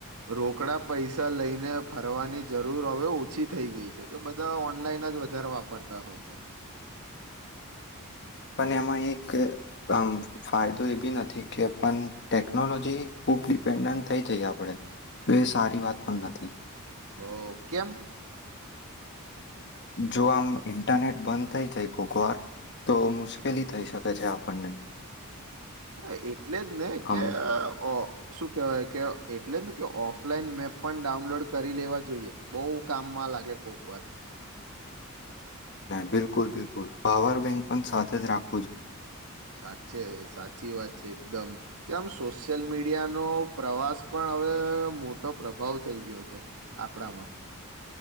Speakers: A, on the right; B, on the left.
A: રોકડા પૈસા લઈને ફરવાની જરૂર હવે ઓછી થઈ ગઈ છે કે બધા ઓનલાઈન જ વધારે વાપરતા તા હોય છે
B: <inaudible> અને એમાં એક આમ ફાયદો એ બી નથી કે પણ ટેકનોલોજી ખૂબ ડપેન્ડન્ટ થઈ જઈ આપડે તો એ સારી વાત પણ નથી
A: બહ કેમ
B: જો આમ ઇન્ટરનેટ બંધ થઈ જાય કોકવાર તો મુશ્કેલી થઈ શકે છે આપણને
A: હા એટલે જ ને કે
B: આમ
A: ઓ શું કેવાય કે એટલેને કે ઓફલાઈન મેપ પણ ડાઉનલોડ કરી લેવા જોઈએ. બઉ કામમાં લાગે કોક વાર.
B: બિલકુલ બિલકુલ પાવર બેંક પણ સાથે જ રાખો
A: સાચે સાચી વાત છે એકદમ. કે આમ સોશિયલ મીડિયાનો પ્રવાસ પણ હવે મોટો પ્રભાવ થઈ ગયો છે. આપણામાં.